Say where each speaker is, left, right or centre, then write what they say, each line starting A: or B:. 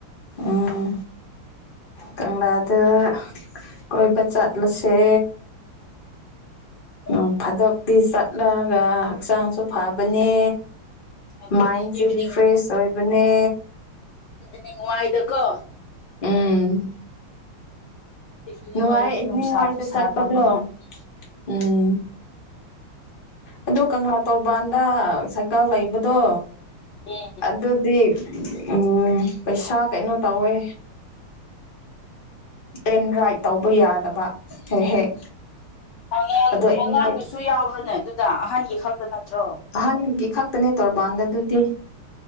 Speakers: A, on the left; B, on the left.
A: ꯎꯝ ꯀꯪꯂꯥꯗ ꯀꯣꯏꯕ ꯆꯠꯂꯁꯦ ꯎꯝ ꯅꯣꯡ ꯐꯥꯗꯣꯛꯇꯤ ꯆꯠꯂꯒ ꯍꯛꯆꯥꯡꯁꯨ ꯐꯕꯅꯦ
B: ꯑꯗꯨꯅꯦ
A: ꯃꯥꯏꯟꯁꯦ
B: ꯏꯚꯤꯅꯤꯡ
A: ꯔꯤꯐ꯭ꯔꯦꯁ ꯑꯣꯏꯕꯅꯦ
B: ꯅꯤꯡ <unintelligible> ꯋꯥꯏꯗꯀꯣ
A: ꯎꯝ
B: ꯏꯚꯤꯅꯤꯡ
A: ꯅꯨꯡꯉꯥꯏ
B: ꯑꯣꯏꯔꯗꯤ
A: ꯏꯕꯤꯅꯤꯡꯋꯥꯢꯗ
B: ꯅꯨꯡꯁꯥꯁꯨ ꯁꯥꯗꯕꯅꯤꯅ
A: ꯆꯠꯄꯗꯣ ꯎꯝ ꯑꯗꯣ ꯀꯪꯂꯥ ꯇꯣꯔꯕꯥꯟꯗ ꯁꯥꯏꯀꯜ ꯂꯩꯕꯗꯣ
B: ꯎꯝ
A: ꯑꯗꯨꯗꯤ ꯎꯝ ꯄꯩꯁꯥ ꯀꯩꯅꯣ ꯇꯧꯋꯦ ꯄ꯭ꯂꯦꯟ ꯔꯥꯏꯠ ꯇꯧꯕ ꯌꯥꯗꯕ ꯍꯦꯛ ꯍꯦꯛ
B: ꯑꯉꯥꯡ
A: ꯑꯗꯣ ꯑꯦꯟ
B: ꯑꯉꯥꯡꯗꯨꯁꯨ
A: ꯔꯥꯏꯠ
B: ꯌꯥꯎꯕ꯭ꯔꯅꯦ ꯑꯗꯨꯗ ꯑꯍꯟꯒꯤ ꯈꯛꯇ ꯅꯠꯇ꯭ꯔꯣ
A: ꯑꯍꯟꯒꯤ ꯈꯛꯇꯅꯦ ꯇꯧꯕꯥꯥꯟꯗ ꯑꯗꯨꯗꯤ